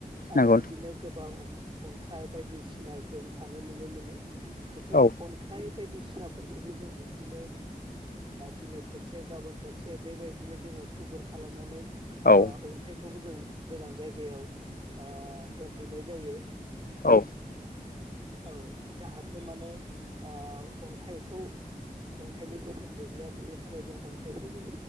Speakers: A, on the right; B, on the left.
A: आरो
B: नंगौ
A: बिदिनो गोबां अ अन्थाइ बायदिसिना जों थानो नुनो मोनो‌ बेफोर
B: नोंथां औ
A: अन्थाइ बायदि। फिसिनाफोरखौबो जों बिब्दिनो दिनै थरसे गाबोन थरसे एसे बेबायदिनो जोङो थुबुर खालामनानै
B: औ
A: अन्थाइखौबो जों गोजान जाय गायाव ओ दोनहैनाय जायो।
B: औ
A: औ जाहाथे माने अन्थाइखौ अन्थाइनि गोहोम गोग्लैया बेनि थाखाय जों अन्थाइखौबो